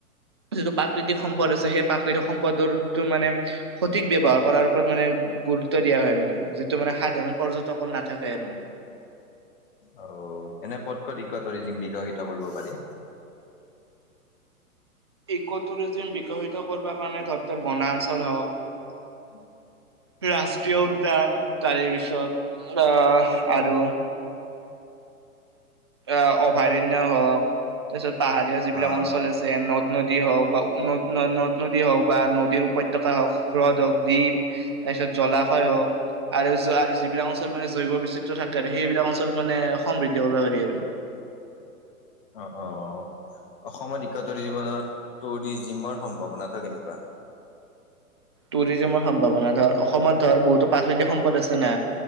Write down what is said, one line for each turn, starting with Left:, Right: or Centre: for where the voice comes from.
Right: যিটো প্ৰাকৃতিক সম্পদ আছে সেই প্ৰাকৃতিক সম্পদৰটো মানে সঠিক ব্যৱহাৰ কৰাৰ ওপৰত মানে গুৰুত্ব দিয়া হয় মানে যিটো মানে সাধাৰণ পৰ্যটকৰ নাথাকে আৰু মানে
Left: অ এনে কত কত ইকতৰিজিম বিকশিত কৰিব পাৰি
Right: ইকটোৰিজিম বিকশিত কৰিব কাৰণে ধতত বনাঞ্চল হওক
Left: উম
Right: ৰাষ্ট্ৰীয় উদ্যান তাৰে পিছত আহ আৰু অ অভয়াৰণ্য হওক তাৰপিছত পাহাৰীয়া যিবিলাক
Left: অ
Right: অঞ্চল আছে ন নদী হওক বা ন নদ নদী হওক বা নদীৰ উপত্যকা হওক হ্ৰদ হওক দ্বীপ তাৰ পিছত জলাশয় হওক আৰু জ আৰু জ যিবিলাক অঞ্চল মানে জৈৱ বিচিত্ৰ থাকে আৰু সেইবিলাক অঞ্চল মানে সমৃদ্ধি কৰিব পাৰি আৰু।
Left: অ অ অসমত একতৰ জীৱনৰ টুৰিজিমৰ সম্ভাৱনাটো কেনেকুৱা?
Right: টুৰিজমৰ সম্ভাৱনা ধৰ অসমত ধৰ বহুতো প্ৰাচৈদ্য সম্পদ আছে না